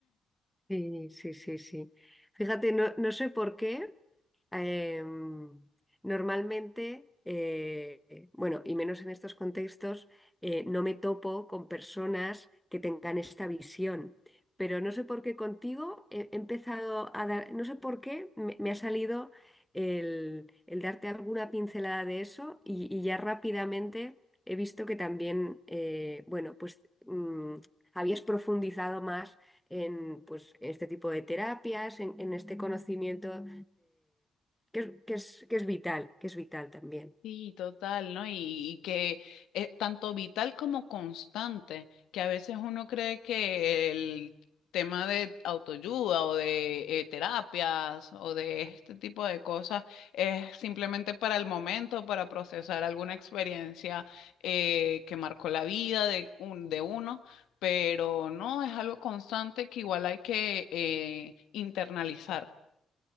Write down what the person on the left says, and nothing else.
Sí, total, ¿no? Y, y que es tanto vital como constante, que a veces uno cree que el tema de autoayuda o de eh, terapias o de este tipo de cosas es simplemente para el momento, para procesar alguna experiencia eh, que marcó la vida de, un, de uno, pero no, es algo constante que igual hay que eh, internalizar,